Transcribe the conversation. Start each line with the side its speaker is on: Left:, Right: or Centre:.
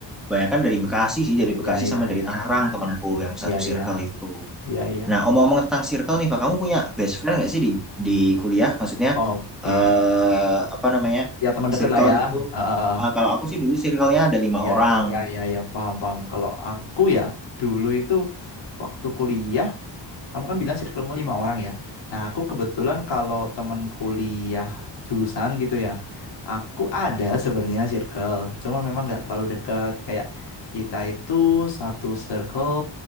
Centre: banyak kan dari Bekasi sih dari Bekasi
Left: Ya, ya,
Centre: sama
Left: ya,
Centre: dari Tangerang temanku yang
Left: ya,
Centre: satu
Left: ya,
Centre: circle itu
Left: ya, ya.
Centre: Nah, omong-omong tentang circle nih, Pak, kamu punya best friend nggak sih di di kuliah? Maksudnya
Left: Oke.
Centre: eh apa namanya
Left: Ya, teman deket
Centre: circle
Left: lah ya.
Centre: gitu?
Left: Heeh.
Centre: Ah, kalau aku sih dulu circle-nya ada lima
Left: ya,
Centre: orang.
Left: ya, ya, ya, paham, paham. Kalau aku ya, dulu itu waktu kuliah, kamu kan bilang circlemu lima orang ya. Nah, aku kebetulan kalau teman kuliah jurusan gitu ya, aku ada sebenarnya circle, cuma memang nggak terlalu dekat. Kayak kita itu satu circle,